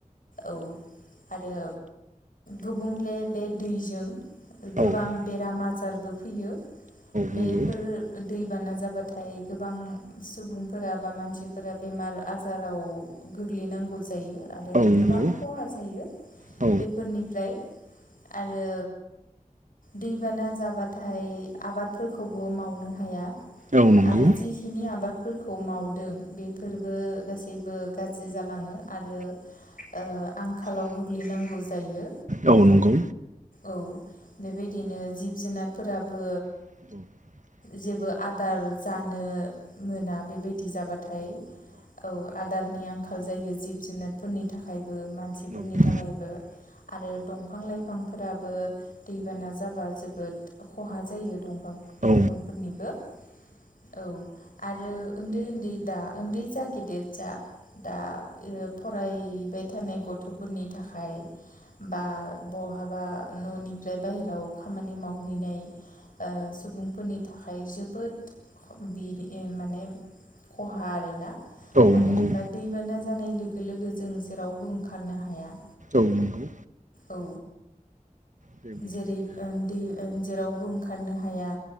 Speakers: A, on the left; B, on the right.
A: औ आरो। गुबुंले बे। दैजों गोबां
B: औ
A: बेराम आजार। जारबो फैयो। बेफोर
B: नंगौ
A: दै। बाना जाबाथाय गोबां सुबुंफोरा बा मानसि फोरा बेमार आजाराव गोग्लैनांगौ जायो आरो
B: औ
A: गोबां
B: नंगौ
A: खहा जायो
B: औ
A: बेफोरनिफ्राय आरो दैबाना जाबाथाय आबादफोरखौबो मावनो हाया।
B: औ नंगौ
A: आरो जिखिनि आबाद। फोरखौ मावदों। बेफोरबो गासैबो गाज्रि जालाङो। आरो ओ आंखालाव गोग्लैनांगौ जायो।
B: औ नंगौ
A: औ बेबायदिनो जिब जुनारफोराबो
B: <inaudible>
A: जेबो आदार जानो मोना बेबायदि जाबा थाय। औ आदार नि आंखाल जायो जिब जुनारफोरनि थाखाय। बो मानसिफोरनि
B: नंगौ
A: थाखायबो आरो दंफां लाइफां फोराबो दैबाना जाबा जोबोद खहा जायो दंफां फां
B: औ
A: लाइफांफोरनिबो औ आरो उन्दै उन्दै दा ओन्दै जा गेदेर जा दा फरायबाय थानाय गथ'फोरनि थाखाय बा बहा बा न'निफ्राय बाहेरायाव खामानि मावहैनाय ओ सुबुंफोरनि थाखाय जोबोद बि माने खहा आरोना।
B: औ
A: मानो होनबा
B: नंगौ
A: दैबाना जानाय लोगो लोगो जों जेरावबो ओंखारनो हाया।
B: औ नंगौ।
A: औ।
B: बेबायदिनो
A: जेरै ओं दै ओं जेरावबो ओंखारनो हाया